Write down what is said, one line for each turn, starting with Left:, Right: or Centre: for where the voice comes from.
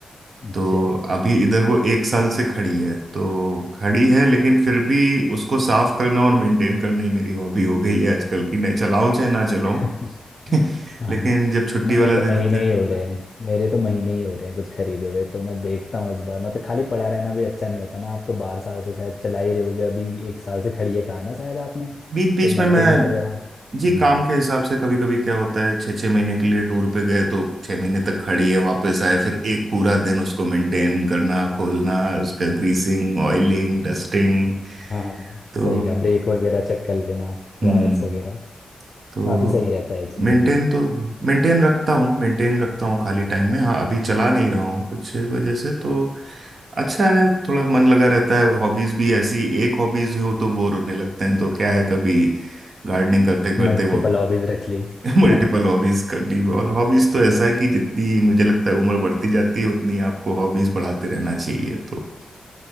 Left: अच्छा
Right: तो अभी इधर वो एक साल से खड़ी है तो खड़ी है लेकिन फिर भी उसको साफ करना और मेंटेन करना ही मेरी हॉबी हो गई है आजकल की नहीं चलाऊं चाहे ना चलाऊं
Left: <laughs>
Right: <laughs>
Left: हाँ
Right: लेकिन जब छुट्टी
Left: मैंने
Right: वाला
Left: तो महीने
Right: दिन होता है
Left: ही हो रहे हैं मेरे तो महीने ही हो रहे हैं कुछ खरीदे हुए तो मैं देखता हूँ इस बार मतलब खाली पड़ा रहना भी अच्छा नहीं होता ना आप तो बारह साल से शायद चला ही रहे होगे अभी एक साल से खड़ी है कहा ना शायद आपने
Right: बीच बीच
Left: तो मेंटेनेंस
Right: में मैं
Left: वगैरह हम्म
Right: जी काम के हिसाब से कभी कभी क्या होता है छः छः महीने के लिए टूर पे गए तो छः महीने तक खड़ी है वापस आए फिर एक पूरा दिन उसको मेंटेन करना खोलना उसका ग्रीसिंग ऑयलिंग डस्टिंग
Left: हाँ हाँ
Right: तो
Left: सही का ब्रेक वगैरह चेक कर लेना
Right: हम्म
Left: वायर्स वगैरह
Right: तो
Left: काफी सही रहता है ये चीजें
Right: मेंटेन
Left: भी
Right: तो मेंटेन रखता हूँ मेंटेन रखता हूँ खाली टाइम में हाँ अभी चला नहीं रहा हूँ कुछ वजह से तो अच्छा है थोड़ा मन लगा रहता है हॉबीज भी ऐसी एक हॉबीज हो तो बोर होने लगते हैं तो क्या है कभी गार्डनिंग करते करते
Left: मल्टीपल हॉबीज रख ली <laughs>
Right: मल्टीपल हॉबीज करनी और हॉबीज तो ऐसा है कि जितनी मुझे लगता है उम्र बढ़ती जाती है उतनी आपको हॉबीज बढ़ाते रहना चाहिए तो